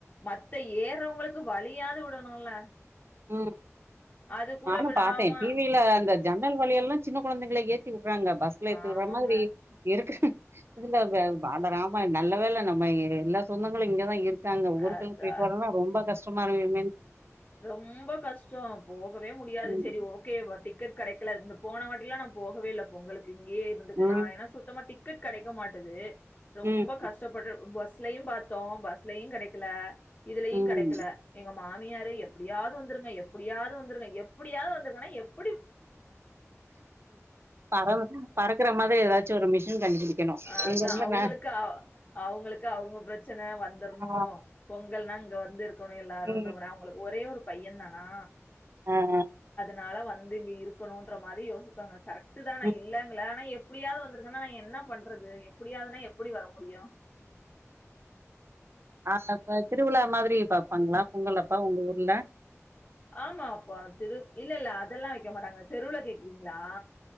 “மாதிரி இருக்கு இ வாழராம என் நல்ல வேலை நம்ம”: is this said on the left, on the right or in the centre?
Right